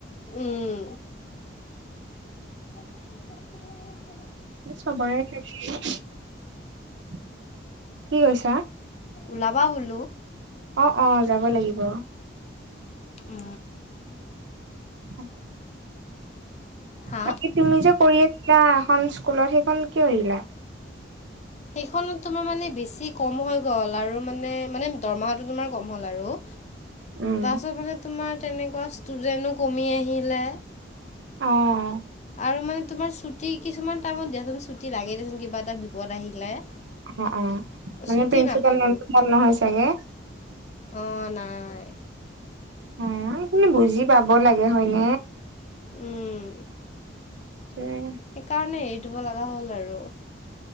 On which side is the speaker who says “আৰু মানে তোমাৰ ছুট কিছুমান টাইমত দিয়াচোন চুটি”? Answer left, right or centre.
Left